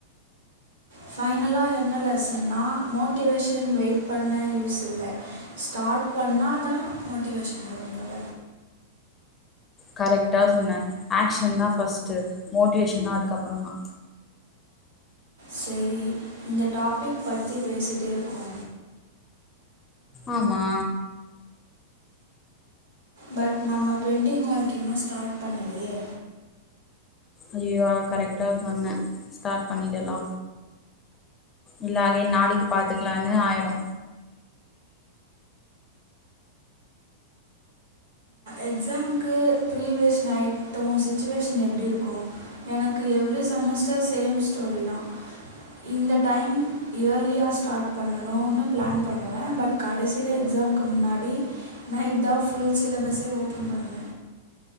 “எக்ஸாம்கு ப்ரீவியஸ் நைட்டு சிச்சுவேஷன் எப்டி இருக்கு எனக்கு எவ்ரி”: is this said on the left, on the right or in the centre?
Right